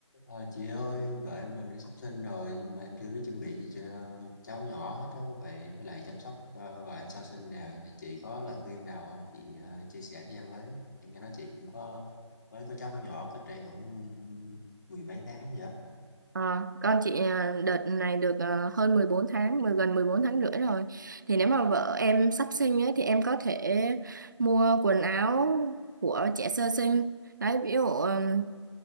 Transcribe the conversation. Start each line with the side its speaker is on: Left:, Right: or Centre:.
Left: Ờ, chị ơi, vợ em gần đi sắp sinh rồi nhưng mà em chưa biết chuẩn bị gì cho cháu nhỏ hết á, với vậy với lại chăm sóc ờ, vợ em sau sinh nè thì chị có lời khuyên nào không chị ờ, chia sẻ cho em với em nghe nói chị cũng có mới có cháu nhỏ cách đây khoảng mười mấy tháng vậy á.
Right: Ờ, con chị à, đợt này được à, hơn 14 tháng, mười- gần 14 tháng rưỡi rồi. Thì nếu mà vợ em sắp sinh ấy, thì em có thể mua quần áo của trẻ sơ sinh. Đấy, ví dụ ừm,